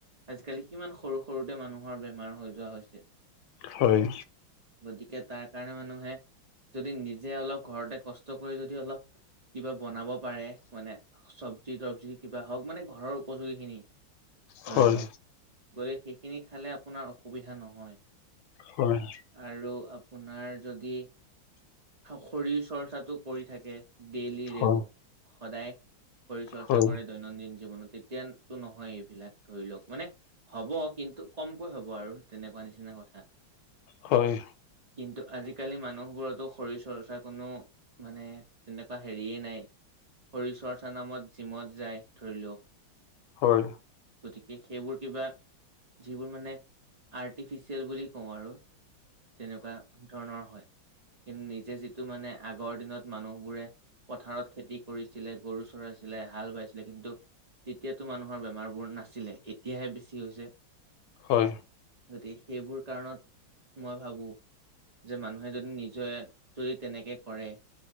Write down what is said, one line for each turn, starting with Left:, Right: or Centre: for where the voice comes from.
Right: আজিকালি কিমান সৰু সৰুতে মানুহৰ বেমাৰ হৈ যোৱা হৈছে
Left: হয়
Right: গতিকে তাৰ কাৰণে মানুহে যদি নিজে অলপ ঘৰতে কষ্ট কৰি যদি অলপ কিবা বনাব পাৰে মানে চব্জি তবজি কিবা হওক মানে ঘৰৰ উপযোগী খিনি
Left: হয়
Right: ধৰি লওক গতিকে সেইখিনি খালে আপোনাৰ অসুবিধা নহয়
Left: হয়
Right: আৰু আপোনাৰ যদি খৰীৰ চৰ্চাটো কৰি থাকে ডেইলি
Left: হয়
Right: ৰে সদায় শৰ চৰ্চা
Left: হয়
Right: কৰে দৈনন্দিন জীৱনত তেতিয়াতো নহয় এইবিলাক ধৰি লওক মানে হ'ব কিন্তু কমকৈ হ'ব আৰু তেনেকুৱা নিচিনা কথা
Left: হয়
Right: কিন্তু আজিকালি মানুহবোৰতো শৰীৰ চৰ্চা কোনো মানে তেনেকুৱা হেৰিয়েই নাই হৰি চৰ্চা নামত জিমত যায় ধৰি লওক
Left: হয়
Right: গতিকে সেইবোৰ কিবা যিবোৰ মানে আৰ্টিফিচিয়েল বুলি কওঁ আৰু তেনেকুৱা ধৰণৰ হয় কিন্তু নিজে যিটো মানে আগৰ দিনত মানুহবোৰে পথাৰত খেতি কৰিছিলে গৰু চৰাইছিলে হাল বাইছিলে কিন্তু তেতিয়াতো মানুহৰ বেমাৰবোৰ নাছিলে এতিয়াহে বেছি হৈছে
Left: হয়
Right: গতিকে সেইবোৰ কাৰণত মই ভাবো যে মানুহে যদি নিজে যদি তেনেকে কৰে